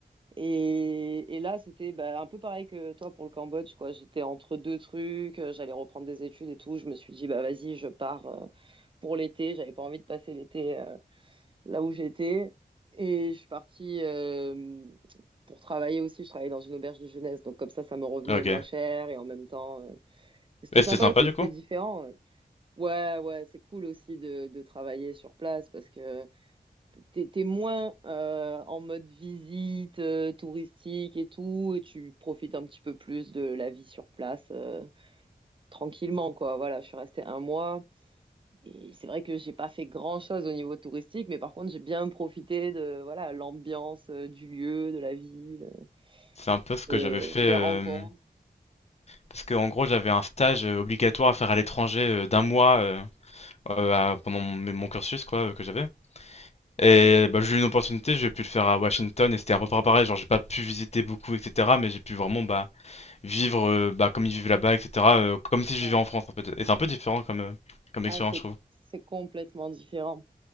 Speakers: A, on the right (about 30°); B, on the left (about 40°).
A: Et, et là, c'était bah, un peu pareil que toi pour le Cambodge, quoi. J'étais entre deux trucs. euh, J'allais reprendre des études et tout. Je me suis dit, bah, vas-y, je pars euh, pour l'été. J'avais pas envie de passer l'été euh, là où j'étais. Et je suis partie euh, pour travailler aussi. Je travaillais dans une auberge de jeunesse. Donc comme ça, ça me revenait
B: Ok.
A: moins cher. Et en même temps, euh, c'était
B: Et c'était
A: sympa
B: sympa
A: aussi,
B: du
A: c'était
B: coup.
A: différent. euh. Ouais, ouais, c'est cool aussi de, de travailler sur place parce que t'es, t'es moins euh, en mode visite euh, touristique et tout. Et tu profites un petit peu plus de la vie sur place euh, tranquillement, quoi. Voilà, je suis restée un mois. Et c'est vrai que j'ai pas fait grand-chose au niveau touristique, mais par contre, j'ai bien profité de voilà, l'ambiance euh, du lieu, de la ville euh,
B: C'est un peu ce que
A: et
B: j'avais fait,
A: les
B: euh,
A: rencontres.
B: parce que en gros, j'avais un stage euh, obligatoire à faire à l'étranger euh, d'un mois euh, euh, à- pendant mon, mon cursus, quoi, euh, que j'avais. Et bah, j'ai eu une opportunité, j'ai pu le faire à Washington et c'était à peu près pareil, genre j'ai pas pu visiter beaucoup, etc. Mais j'ai pu vraiment bah, vivre euh, bah, comme ils vivent là-bas, etc. euh, comme si je
A: Ouais.
B: vivais en France en fait. Et c'est un peu différent comme, euh, comme
A: Ah,
B: expérience,
A: c'est
B: je trouve.
A: c'est complètement différent.